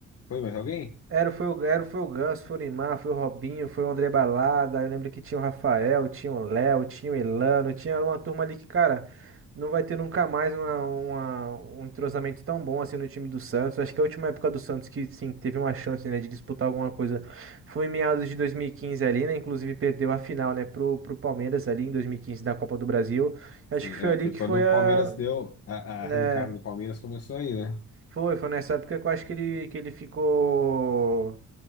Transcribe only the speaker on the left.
Foi mais alguém?
Sim,
é,
foi
quando
o
Palmeiras deu a,
a arrancada do Palmeiras começou aí, né?